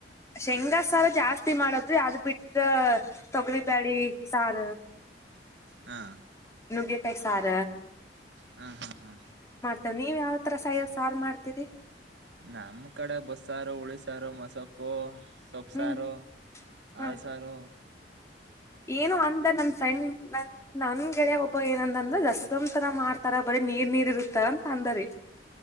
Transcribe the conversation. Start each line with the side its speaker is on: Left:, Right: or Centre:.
Left: ಶೇಂಗ ಸಾರ್ ಜಾಸ್ತಿ ಮಾಡ್ದ್ವಿ ಅದ್ ಬಿಟ್ಟ ತೊಗ್ರಿಬ್ಯಾಳಿ. ಸಾರ
Right: ಹಾ
Left: ನುಗ್ಗೆಕಾಯ್ ಸಾರ
Right: ಹಾ ಹಾ ಹಾ
Left: ತ ನೀವ್ ಯಾವ ತರ ಸಹ ಸಾರ್ ಮಾಡ್ತೀರಿ.
Right: ನಮ್ಮ್ ಕಡೆ ಬಸ್ಸಾರು ಉಳಿಸಾರು ಮೊಸೊಪ್ಪು. ಸೊಪ್
Left: ಹ್ಮ್
Right: ಸಾರು ಹಾಲ್
Left: ಹ
Right: ಸಾರು
Left: ಏನು ಅಂದ ನನ್ ಫ್ರೆಂಡ್ ನನ್ ನನ್ ಗೆಳ್ಯಾ ಒಬ್ ಪ್ಪ ಏನಂದಂದ್ರ ರಸಂ ತರ ಮಾಡ್ತಾರ ಬರೀ ನೀರ್ ನೀರ್ ಇರುತ್ತಾ ಅಂತ ಅಂದರಿ.